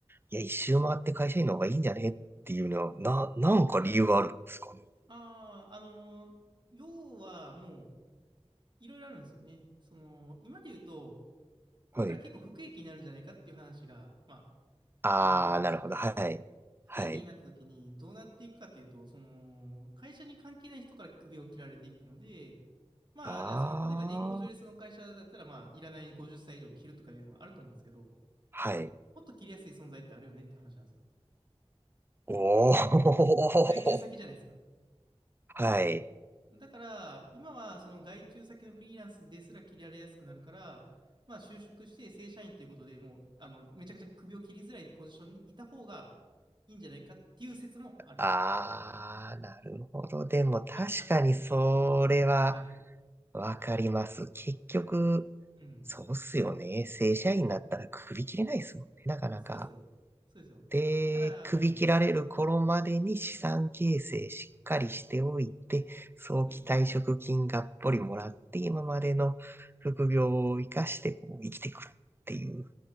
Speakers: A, on the right; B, on the right.
A: いや、一周回って会社員の方がいいんじゃねっていうのは、な、なんか理由があるんですかね。
B: ああ、あのー、要はもう、いろいろあるんですよね。その、今で言うと、これから結構不景気になるんじゃないかっていう話が、
A: はい。
B: ま
A: あー、
B: あ、上がってたりしてて、
A: なるほど。はい。
B: 不景気になった時にどうなっていくかっていうと、
A: はい。
B: その、会社に関係ない人から首を切られていくので、まあ、
A: あー、
B: じゃあその、例えば年功序列の会社だったら、まあ、いらない50歳以上切るとかいうのもあると思うんですけど、
A: はい。
B: もっと切りやすい存在ってあるよねって話なんですよ。
A: おー、
B: 外注先じゃないですか。
A: <laughs> はい。
B: だから、今はその外注先のフリーランスですら切られやすくなるから、まあ、就職して正社員ということでもう、あの、めちゃくちゃ首を切りづらいポジションにいた方がいいんじゃないかっていう説もあると。
A: ああ、なるほど。でも確かにそれは
B: <laughs> はい。
A: わかります。結局、
B: うん。
A: そうっすよね。正社員になったら首切れないですもんね。なかなか。
B: そうですよ。そうですよ。
A: で、
B: だから、
A: 首切られる頃までに資産形成しっかりしておいて、
B: はい。
A: 早期退職金がっぽりもらって、
B: うん、
A: 今までの副業を生かしてこう生きてくるっていう。
B: うん、